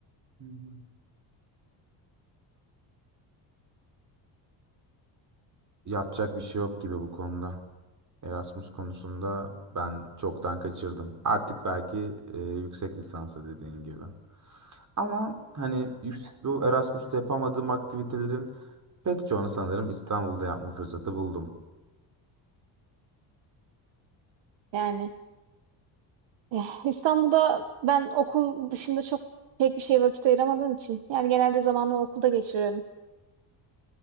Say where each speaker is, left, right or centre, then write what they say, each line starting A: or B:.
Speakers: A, on the right; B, on the right.
A: Hı hı. Yapacak bir şey yok gibi bu konuda. Erasmus konusunda ben çoktan kaçırdım. Artık belki e, yüksek lisansa dediğin gibi. Ama hani yüks- bu Erasmus'ta yapamadığım aktivitelerin pek çoğunu sanırım İstanbul'da yapma fırsatı buldum.
B: Yani eh, İstanbul'da ben okul dışında çok pek bir şey vakit ayıramadığım için yani genelde zamanımı okulda geçiriyorum.